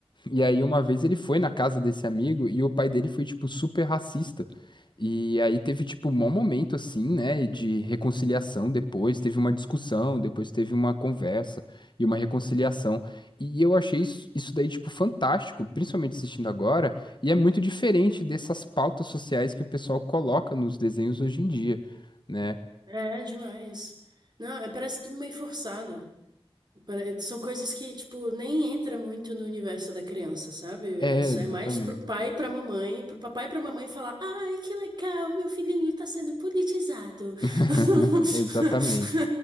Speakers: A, on the left; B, on the right.
A: E aí, uma vez ele foi na casa desse amigo e o pai dele foi, tipo, super racista. E aí teve, tipo, um mau momento, assim, né, de reconciliação depois. Teve uma discussão, depois teve uma conversa e uma reconciliação. E eu achei isso, isso daí, tipo, fantástico, principalmente assistindo agora. E é muito diferente dessas pautas sociais que o pessoal coloca nos desenhos hoje em dia, né?
B: É demais. Não, é- parece tudo meio forçado. Pare- São coisas que, tipo, nem entra muito no universo da criança, sabe?
A: É,
B: É, s-
A: exatamente.
B: é mais pro pai e pra mamãe, pro papai e pra mamãe falar, ai, que legal, meu filhinho tá sendo politizado.
A: <laughs>
B: <laughs>
A: Exatamente.